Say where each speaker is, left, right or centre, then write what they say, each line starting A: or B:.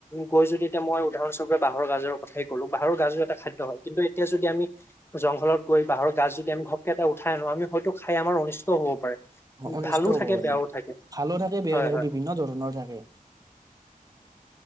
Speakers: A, on the left (about 15°); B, on the right (about 25°).
A: গৈ যদি, এতিয়া মই উদাহৰণস্বৰূপে বাঁহৰ গাজৰ কথাই কলো। বাহৰ গাজু এটা খাদ্য হয়। কিন্তু, তেতিয়া যদি আমি জংঘলত গৈ বাহৰ গাজ যদি আমি ঘপকে এটা উঠাই আনো, আমি হয়তো খাই আমাৰ অনিষ্টও হ'ব পাৰে।
B: অনিষ্ট
A: ভালো
B: হব
A: থাকে
B: পাৰি।
A: বেয়াও থাকে
B: ভালো থাকে, বেয়া
A: হয়
B: থাকে
A: হয়
B: বিভিন্ন ধৰণৰ থাকে।